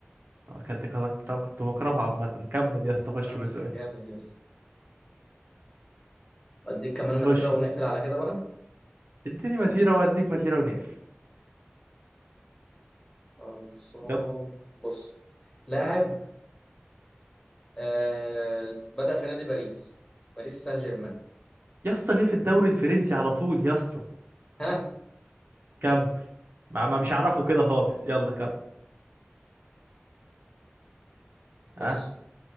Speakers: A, on the right (about 55°); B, on the left (about 20°).
A: آه، كنت كنت بتاع- كنت بكرهه عامه كمل يا اسطى خش
B: لا ده
A: بسؤال
B: كان جامد يا اسطى اديك كمان مسيره
A: خش
B: ونقفل على كده بقى
A: اديني مسيره وهديك مسيره ونقفل
B: خلصان
A: يلا
B: بص لاعب آه بدأ في نادي باريس باريس سان جيرمان
A: يا اسطى ليه في الدوري الفرنسي على طول يا اسطى
B: ها
A: كمل ما ما مش عارفه كده خالص يلا كمل
B: بص
A: ها